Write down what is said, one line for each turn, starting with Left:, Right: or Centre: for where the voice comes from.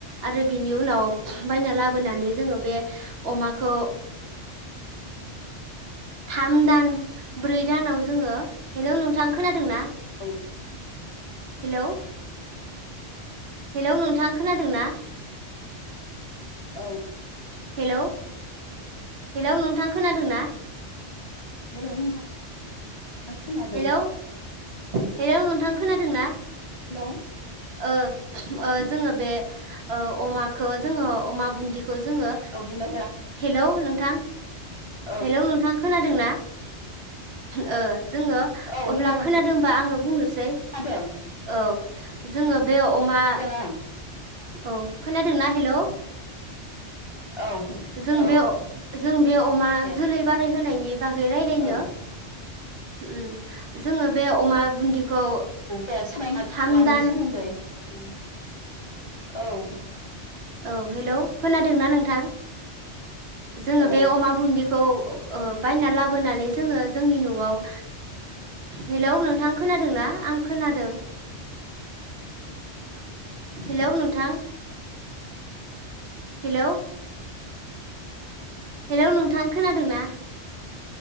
Right: आरो बिनि उनाव बायना लाबोनानै जोङो बे अमाखौ थाम दान ब्रै दानाव जोङो हेलौ नोंथां खोनादों ना?
Left: <unintelligible>
Right: हेलौ। हेलौ नोंथां खोनादों ना?
Left: औ
Right: हेल'। हेलौ नोंथां खोनादों दोना?
Left: हेल नोंथां खोनादों
Right: हेलौ हेल नोंथां खोनादों ना?
Left: हेल।
Right: ओ ओ जोङो बे ओ अमाखौ जोङो अमा बुन्दि खौ जोङो
Left: औ हेलौ
Right: हेल नोंथां
Left: औ
Right: हेलौ नोंथां खोनादोंना? ओ। जोङो
Left: औ
Right: अब्ला
Left: हेलौ
Right: खोनादोंबा आङो बुंनोसै
Left: खोनादों
Right: औ जोङो बे अमा
Left: आं
Right: औ खोनादोंना हेल' औ
Left: औ
Right: जों
Left: औ
Right: बे जों बे अमा
Left: दे
Right: जोलै बारायहोनायनि बागै रायज्लायनो
Left: औ
Right: ओम जोङो बे अमा बुन्दिखौ
Left: दे सावरायनो हागोन
Right: थाम
Left: औवानि
Right: दान
Left: सोमोन्दै <unintelligible> औ
Right: औ हेल खोनादोंना नोंथां जोङो
Left: औ
Right: बे अमा बुन्दिखौ ओ बायना लाबोनानै जोङो जोंनि न'आव हेलौ नोंथां खोनादोंनाा आं खोनादों हेलौ नोंथां हेलौ हेलौ नोंथां खोनादों ना